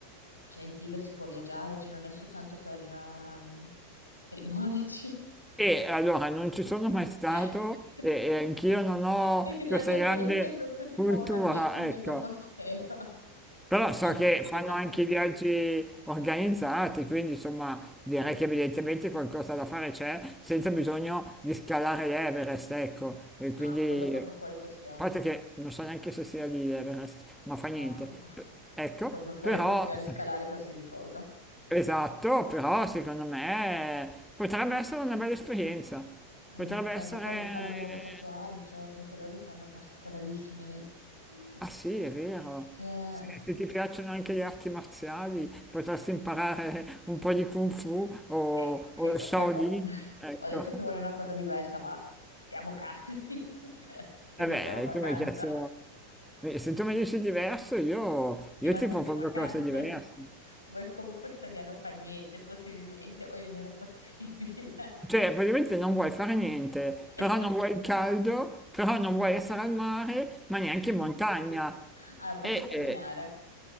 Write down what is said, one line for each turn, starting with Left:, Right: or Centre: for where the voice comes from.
Left: cioè, in Tibet si può viaggiare, cioè non è soltanto per, ehm, per i monaci.
Centre: E allora non
Left: <laughs>
Centre: ci sono mai stato e, e anch'io non ho
Left: Perché nella
Centre: questa
Left: mia
Centre: grande
Left: testa è proprio tipo
Centre: cultura,
Left: una me- un mega
Centre: ecco.
Left: monastero, <laughs>
Centre: Però so
Left: ma
Centre: che
Left: tipo tibetano.
Centre: fanno anche i viaggi organizzati, quindi insomma direi che evidentemente qualcosa da fare c'è senza bisogno di scalare l'Everest, ecco. E quindi,
Left: Ah, quello proprio
Centre: a
Left: fuori questione.
Centre: parte che non so neanche se sia di Everest, ma fa
Left: No,
Centre: niente.
Left: no, no.
Centre: P- ecco,
Left: Proprio fuori
Centre: però
Left: questione
Centre: <laughs>
Left: scalare qualsiasi cosa.
Centre: Esatto, però secondo me potrebbe essere una bella esperienza.
Left: Uh,
Centre: Potrebbe
Left: potrei
Centre: essere...
Left: anche farmi fare un nuovo tatuaggio, perché loro li fanno particolarissimi lì.
Centre: Ah sì, è vero.
Left: Se-
Centre: Se, se ti piacciono anche le arti marziali, potresti imparare un po' di Kung Fu o,
Left: Ok, ok,
Centre: o Shaolin.
Left: ok. Ho, <laughs>
Centre: Ecco.
Left: ho detto che voglio una cosa diversa, ma stiamo calmi. <laughs> Cioè, è
Centre: E
Left: sempre
Centre: beh,
Left: una vacanza.
Centre: tu mi hai chiesto... Se tu mi dici diverso, io,
Left: Si
Centre: io
Left: va
Centre: ti
Left: sempre
Centre: proprio
Left: in vacanza.
Centre: cose diverse.
Left: Cioè, vuoi comunque stare lì a non fare niente, possibilmente, o il meno possibile.
Centre: Cioè, praticamente non vuoi fare niente,
Left: <laughs> Esatto.
Centre: però non vuoi il caldo, però non vuoi essere al mare, ma neanche in montagna.
Left: Allora, posso
Centre: E,
Left: camminare,
Centre: e-